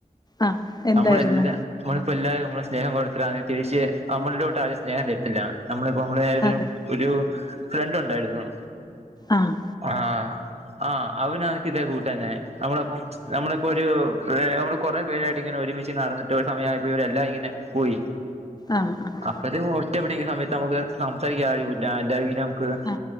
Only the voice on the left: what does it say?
ആ ആ എന്തായിരുന്നു
അതെ
ആഹ്
ആഹ് ആഹ്
ആ ആ